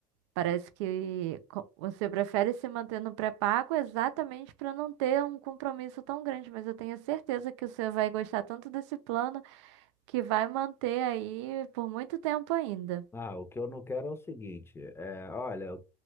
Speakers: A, on the right; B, on the left.
A: parece que co- você prefere se manter no pré-pago exatamente para não ter um compromisso tão grande, mas eu tenho certeza que o senhor vai gostar tanto desse plano que vai manter aí por muito tempo ainda.
B: Ah, o que eu não quero é o seguinte, é, olha,